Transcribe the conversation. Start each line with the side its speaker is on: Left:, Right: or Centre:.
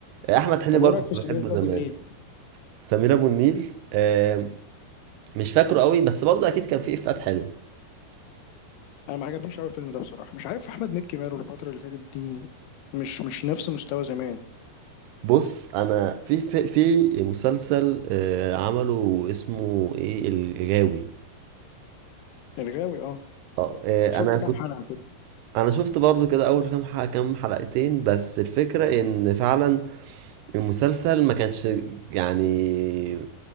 Right: آه، احمد حلمي
Left: طب
Right: برضه
Left: ايه رايك
Right: كنت
Left: في
Right: بحبه
Left: سمير
Right: زمان
Left: ابو النيل
Right: سمير ابو النيل آم، مش فاكره قوي بس برضه اكيد كان فيه افيهات حلوه
Left: انا ما عجبنيش اول فيلم ده بصراحة مش عارف احمد مكي ماله الفترة اللي فاتت دي مش مش نفس مستوى زمان
Right: بص انا في في, في مسلسل آه، عمله اسمه ايه الغاوي
Left: الغاوي اه
Right: اه آه،
Left: شفت
Right: انا كنت
Left: كام حلقة كده
Right: انا شفت برضه كده اول كام حلقة كام حلقتين بس الفكره ان فعلا المسلسل ما كانش يعني